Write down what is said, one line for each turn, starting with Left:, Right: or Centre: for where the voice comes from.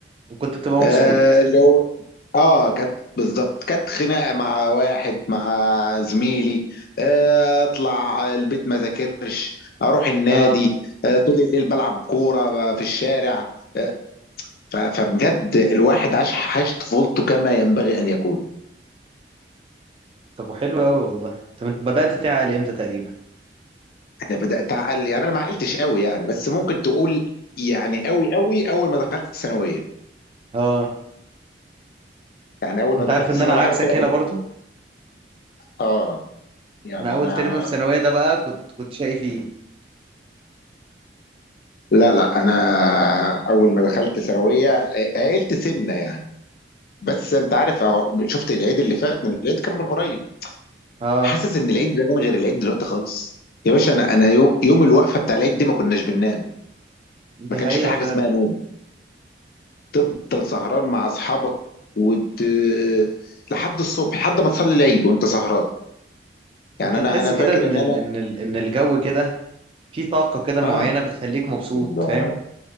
Right: وكنت بتبقى مبسوط
Left: آه لو اه كانت بالظبط كانت خناقه مع واحد مع زميلي آه، اطلع البيت ما ذاكرش اروح النادي
Right: اه
Left: آه، طول الليل بلعب كوره في الشارع آه، ف- فبجد الواحد عاش عاش طفولته كما ينبغي ان يكون
Right: طب وحلو قوي والله طب انت بدأت تعقل امتى تقريبا
Left: انا بدات اعقل يعني انا ما عقلتش قوي يعني بس ممكن تقول يعني قوي قوي اول ما دخلت الثانويه
Right: اه
Left: يعني اول
Right: انت
Left: ما دخلت
Right: عارف ان
Left: ثانوي
Right: انا عكسك
Left: عام كده
Right: هنا
Left: بدأ
Right: برضو
Left: اه يعني
Right: انا اول
Left: انا
Right: ترم في ثانويه ده بقى كنت كنت شقي فيه
Left: لا لا انا اول ما دخلت ثانويه آه، عقلت سنه يعني بس انت عارف اهو شفت العيد اللي فات العيد كان من قريب
Right: اه
Left: حاسس ان العيد زمان غير العيد دلوقتي خالص يا باشا انا انا يو- يوم الوقفه بتاع العيد دي ما كناش بننام
Right: دي
Left: ما كانش
Right: حقيقه
Left: في حاجه
Right: فعلا
Left: اسمها نوم تفضل سهران مع اصحابك وت... لحد الصبح لحد ما تصلي العيد وانت سهران
Right: كنت
Left: يعني
Right: تحس
Left: انا انا
Right: كده
Left: فاكر
Right: ان
Left: ان
Right: ال...
Left: انا
Right: ان ال... ان الجو كده في طاقه كده معينه
Left: اه
Right: بتخليك مبسوط
Left: بالظبط
Right: فاهم